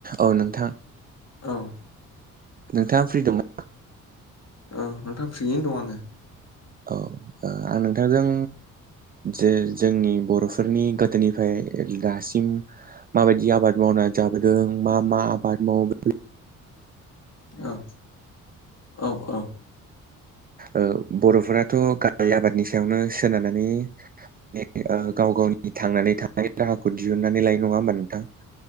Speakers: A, on the right; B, on the left.
A: औ नोंथां।
B: औ
A: नोंथाङा फ्रि दंना
B: औ नोंथां फ्रियैनो दं आंङो
A: औ ओ आं नोंथांजों जे जोंनि बर'फोरनि गोदोनिफ्राय दासिम माबायदि आबाद मावनानै जाबोदों मा मा आबाद मावो बे
B: औ औ औ
A: ओ बर'फोराथ' गाहाय आबादनि सायावनो सोनारनानै माने गाव गावनि थांनानै थानाय राहाखौ दिहुननानै लाय नङा होमबा नोंथां।